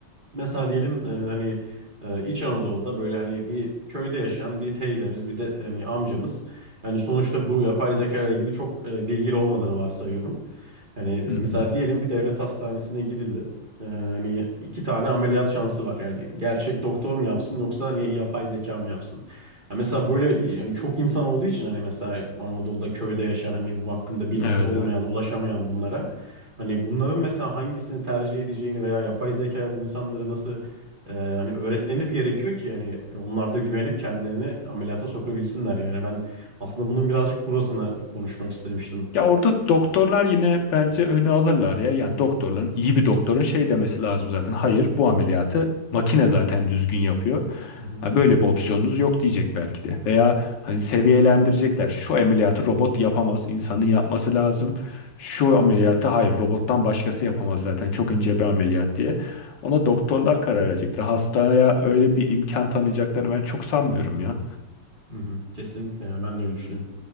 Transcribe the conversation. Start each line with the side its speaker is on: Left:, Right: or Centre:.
Right: Mesela diyelim e, hani e, İç Anadolu'da böyle hani bir köyde yaşayan bir teyzemiz bir de hani amcamız hani sonuçta bu yapay zeka ile ilgili çok e, bilgili olmadığını varsayıyorum. Hani
Left: Hı
Right: mesela
Left: hı.
Right: diyelim bir devlet hastanesine gidildi. E, hani iki tane ameliyat şansı var. Yani gerçek doktor mu yapsın yoksa hani yapay zeka mı yapsın? Ya mesela böyle yani çok insan olduğu için hani mesela Anadolu'da köyde yaşayan hani bu hakkında bilgisi
Left: Evet
Right: olmayan,
Left: evet.
Right: ulaşamayan bunlara Hani bunların mesela hangisini tercih edeceğini veya yapay zekaya bu insanları nasıl e, hani öğretmemiz gerekiyor ki yani onlar da güvenip kendilerini ameliyata sokabilsinler yani ben aslında bunun birazcık burasına konuşmak istemiştim.
Left: Ya orada doktorlar yine bence öne alırlar ya. Yani doktorların iyi bir doktorun şey demesi lazım zaten. Hayır bu ameliyatı makine zaten düzgün yapıyor.
Right: Hı hı.
Left: Ha, böyle bir opsiyonunuz yok diyecek belki de. Veya hani seviyelendirecekler. Şu ameliyatı robot yapamaz. insanın yapması lazım. Şu ameliyatı hayır robottan başkası yapamaz zaten. Çok ince bir ameliyat diye. Ona doktorlar karar verecekler. Hastaya öyle bir imkan tanıyacaklarını ben çok sanmıyorum ya.
Right: Hı hı. Kesinlikle ya ben de öyle düşünüyorum.